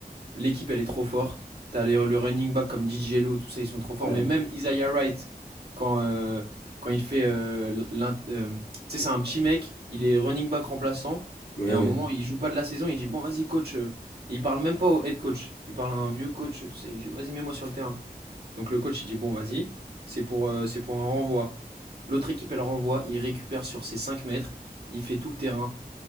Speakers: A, on the right (about 80°); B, on the left (about 85°).
A: l'équipe elle est trop forte, t'as les- le running back comme DJ Lo, tout ça, ils sont trop forts.
B: Ouais.
A: Mais même Isaiah Wright, quand, euh, quand il fait. euh, l'in- euh, tu sais, c'est un petit mec, il est running back remplaçant,
B: Ouais,
A: et
B: ouais.
A: à un moment, il joue pas de la saison, il dit Bon, vas-y, coach. euh. Et il parle même pas au head coach, il parle à un vieux coach, tout ça, il lui dit Vas-y, mets-moi sur le terrain. Donc le coach, il dit bon, vas-y, c'est pour, euh, c'est pour un renvoi. L'autre équipe, elle renvoie, il récupère sur ses 5 mètres, il fait tout le terrain,